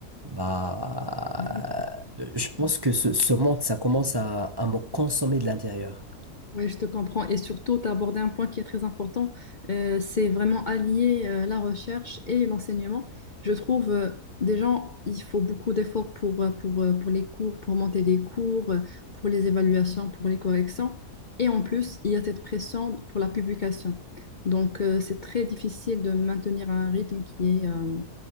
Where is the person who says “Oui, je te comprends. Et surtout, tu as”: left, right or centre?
Left